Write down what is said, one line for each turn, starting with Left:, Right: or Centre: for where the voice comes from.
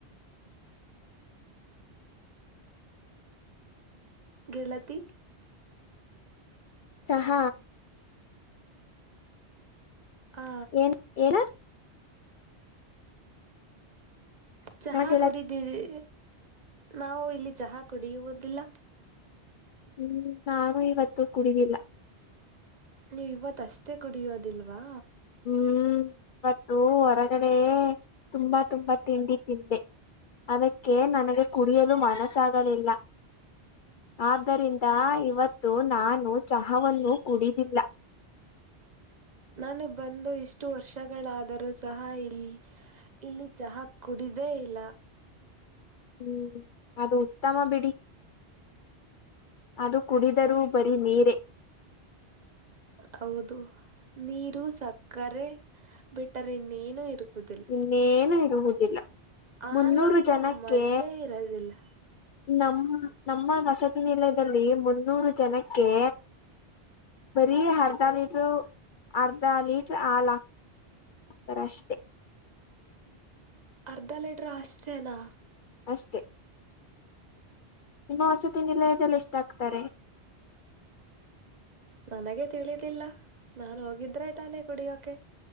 Right: ಗೆಳತಿ
Left: ಚಾಹ
Right: ಆ,
Left: ಏನ್ ಏನ
Right: ಚಹಾ
Left: ನಾ ಗೆಳತಿ
Right: ಕುಡಿದಿರಿ ನಾವು ಇಲ್ಲಿ ಚಹಾ ಕುಡಿಯುವುದಿಲ್ಲ
Left: ಹ್ಮ್ ನಾನು ಇವತ್ತು ಕುಡಿದಿಲ್ಲ
Right: ನೀವು ಇವತ್ ಅಷ್ಟೇ ಕುಡಿಯೋದಿಲ್ವಾ
Left: ಹ್ಮ್ ಇವತ್ತು ಹೊರಗಡೆ ತುಂಬಾ ತುಂಬಾ ತಿಂಡಿ ತಿಂದೆ ಅದಕ್ಕೆ ನನಗೆ ಕುಡಿಯಲು ಮನಸ್ಸಾಗಲಿಲ್ಲ ಆದ್ದರಿಂದ ಇವತ್ತು ನಾನು ಚಹಾವನ್ನು ಕುಡಿದಿಲ್ಲ
Right: ನಾನು ಬಂದು ಇಷ್ಟು ವರ್ಷಗಳಾದರೂ ಸಹ ಇಲ್ಲಿ ಇಲ್ಲಿ ಚಹಾ ಕುಡಿದೇ ಇಲ್ಲ
Left: ಹ್ಮ್ ಅದು ಉತ್ತಮ ಬಿಡಿ ಅದು ಕುಡಿದರೂ ಬರೀ ನೀರೇ
Right: ಹೌದು ನೀರು ಸಕ್ಕರೆ ಬಿಟ್ಟರೆ ಇನ್ನೇನು ಇರುವುದಿಲ್ಲ
Left: ಇನ್ನೇನು ಇರುವುದಿಲ್ಲ
Right: ಹಾಲಂತೂ
Left: ಮುನ್ನೂರು ಜನಕ್ಕೆ
Right: ಮೊದಲೇ ಇರೋದಿಲ್ಲ
Left: ನಮ್ಮ ನಮ್ಮ ವಸತಿ ನಿಲಯದಲ್ಲಿ ಮುನ್ನೂರು ಜನಕ್ಕೆ ಬರೀ ಅರ್ಧ ಲೀಟ್ರ ಅರ್ಧ ಲೀಟ್ರ ಹಾಲ್ ಹಾಕ್ ಹಾಕ್ತಾರೆ ಅಷ್ಟೇ.
Right: ಅರ್ಧ ಲಿಟರ್ ಆಷ್ಟೇನಾ.
Left: ಅಷ್ಟೇ ನಿಮ್ಮ ವಸತಿ ನಿಲಯದಲ್ಲಿ ಎಷ್ಟು ಆಕ್ತಾರೆ.
Right: ನನಗೆ ತಿಳಿದಿಲ್ಲ ನಾನು ಹೋಗಿದ್ರೆ ತಾನೇ ಕುಡಿಯೋಕೆ.